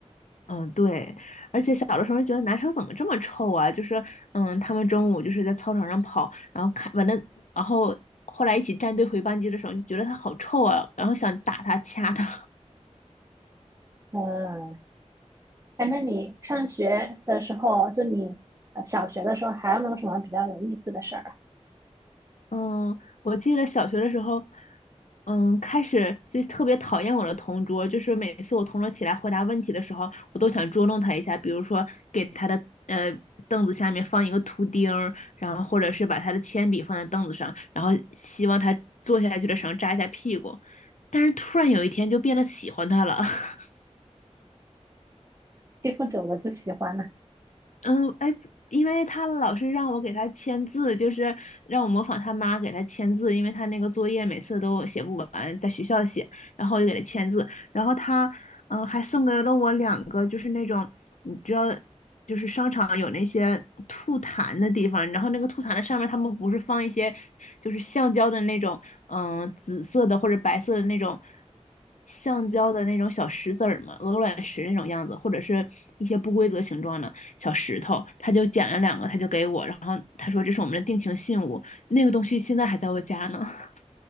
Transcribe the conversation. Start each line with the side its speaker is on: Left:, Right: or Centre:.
Left: 嗯，对，而且小的时候觉得男生怎么这么臭啊？就是，嗯，他们中午就是在操场上跑，然后看完了，然后后来一起站队回班级的时候，就觉得他好臭啊，然后想打他、掐他。
Right: 嗯，哎，那你上学的时候，就你呃小学的时候，还有没有什么比较有意思的事儿啊？
Left: 嗯，我记得小学的时候，嗯，开始就特别讨厌我的同桌，就是每次我同桌起来回答问题的时候，我都想捉弄他一下，比如说给他的呃凳子下面放一个图钉儿然后或者是把他的铅笔放在凳子上，然后希望他坐下去的时候扎一下屁股。但是突然有一天就变得喜欢他了，<laughs>
Right: <laughs> 欺负久了就喜欢了。
Left: 嗯，哎，因为他老是让我给他签字，就是让我模仿他妈给他签字，因为他那个作业每次都写不完，在学校写，然后我就给他签字，然后他，嗯，还送给了我两个，就是那种你知道，就是商场有那些吐痰的地方，然后那个吐痰的上面他们不是放一些就是橡胶的那种，嗯，紫色的或者白色的那种橡胶的那种小石子儿嘛，鹅卵石那种样子，或者是一些不规则形状的。小石头，他就捡了两个，他就给我，然后他说这是我们的定情信物，那个东西现在还在我家呢。<laughs>